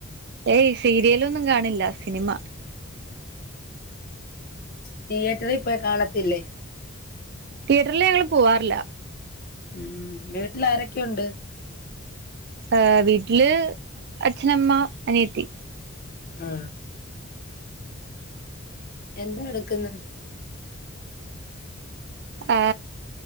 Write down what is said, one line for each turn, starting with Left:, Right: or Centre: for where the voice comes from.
Right: ഏയ് സീരിയലൊന്നും കാണില്ല സിനിമ
Left: തിയേറ്ററി പോയി കാണത്തില്ലേ
Right: തിയേറ്റർല് ഞങ്ങള് പോവാറില്ല.
Left: ഉം വീട്ടില് ആരെക്കെ ഉണ്ട്.
Right: ആ വീട്ടില് അച്ഛനമ്മ, അനിയത്തി
Left: ആ എന്തെടു ക്ക്ന്ന്
Right: ആ